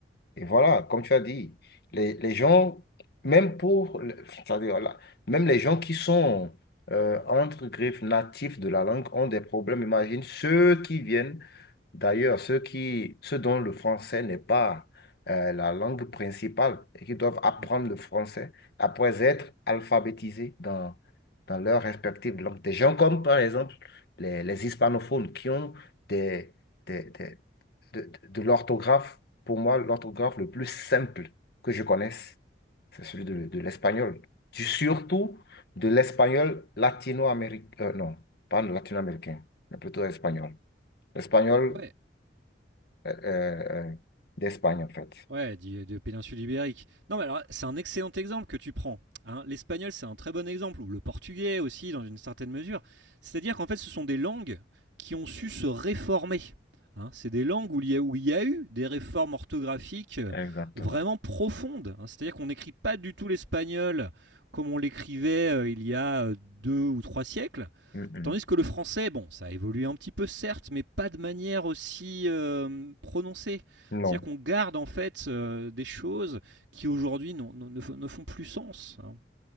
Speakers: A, on the left (about 60°); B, on the right (about 80°).
A: et voilà, comme tu as dit, les, les gens, même pour, le- c'est-à-dire, là, même les gens qui sont, euh, entre griffes, natifs de la langue ont des problèmes. Imagine ceux qui viennent D'ailleurs, ceux qui, ceux dont le français n'est pas euh, la langue principale et qui doivent apprendre
B: Mmh,
A: le français après être alphabétisés dans, dans leur respective langue. Des gens comme, par exemple, les, les hispanophones qui ont des, des- des- de, de l'orthographe. Pour moi, l'orthographe le plus simple que je connaisse, c'est celui de,
B: mmh.
A: de l'espagnol. Du- Surtout de l'espagnol latino-américain. non, pas latino-américain, mais plutôt espagnol. L'espagnol
B: Ouais,
A: euh, euh, d'Espagne, en fait.
B: ouais, dit- de péninsule ibérique. Non, mais alors, c'est un excellent exemple que tu prends. hein. L'espagnol, c'est un très bon exemple, ou le portugais aussi, dans une certaine mesure. C'est-à-dire qu'en fait, ce sont des langues qui ont su se réformer. hein. C'est des langues où il, y a, où il y a eu des réformes orthographiques euh,
A: Exactement.
B: vraiment profondes. hein. C'est-à-dire qu'on n'écrit pas du tout l'espagnol comme on l'écrivait euh, il y a euh, deux ou trois siècles.
A: Mm, mm.
B: Tandis que le français, bon, ça a évolué un petit peu certes, mais pas de manière aussi euh, prononcée.
A: Non,
B: C'est-à-dire qu'on garde en fait euh, des choses qui aujourd'hui ne, ne font plus sens. hein